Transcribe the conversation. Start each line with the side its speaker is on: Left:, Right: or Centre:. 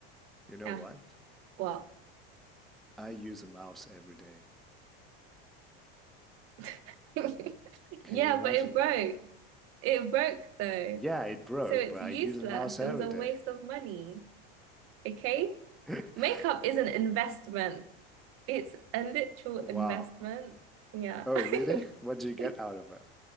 Centre: You know
Right: Yeah,
Centre: what?
Right: what?
Centre: I use a mouse every day.
Right: <laughs>
Centre: Can
Right: Yeah,
Centre: you imagine
Right: but it broke.
Centre: that?
Right: It broke though.
Centre: Yeah, it broke,
Right: So it's
Centre: but I
Right: useless.
Centre: use a mouse every
Right: It was a
Centre: day.
Right: waste of money. Okay?
Centre: <laughs>
Right: Makeup is an investment. It's a literal
Centre: Wow.
Right: investment. Yeah.
Centre: Oh, really? What do you get
Right: <laughs>
Centre: out of it?